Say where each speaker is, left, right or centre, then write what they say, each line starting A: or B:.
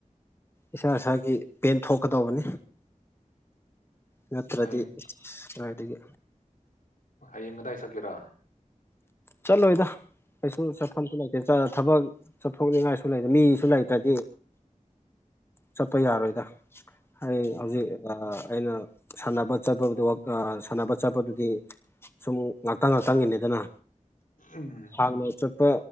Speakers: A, on the left (about 15°); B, on the left (about 85°).
A: ꯏꯁꯥ ꯏꯁꯥꯒꯤ ꯄꯦꯟ ꯊꯣꯛꯀꯗꯧꯕꯅꯤ ꯅꯠꯇ꯭ꯔꯗꯤ
B: ꯍꯌꯦꯡ
A: ꯑꯗꯨꯗꯒꯤ
B: ꯍꯌꯦꯡ ꯉꯗꯥꯏ ꯁꯛꯀꯦꯔꯥ
A: ꯆꯂꯣ ꯑꯣꯏꯗ ꯄꯩꯁꯨꯣꯁ ꯐꯣꯟ ꯊꯕꯛ ꯆꯠꯊꯣꯛꯅꯤꯡꯉꯥꯏꯁꯨ ꯂꯩꯇꯦ ꯃꯤꯁꯨ ꯂꯩꯇ꯭ꯔꯗꯤ ꯆꯠꯄ ꯌꯥꯔꯣꯏꯗ ꯑꯩ
B: ꯎꯝ
A: ꯍꯧꯖꯤꯛ ꯑꯩꯅ ꯁꯥꯟꯅꯕ ꯆꯠꯄꯗ ꯁꯥꯟꯅꯕ ꯆꯠꯄꯗꯨꯗꯤ ꯁꯨꯝ ꯉꯥꯛꯇꯪ ꯉꯥꯛꯇꯪꯒꯤꯅꯦ ꯑꯗꯨꯅ
B: ꯎꯝ
A: ꯍꯥꯟꯅ ꯆꯠꯄ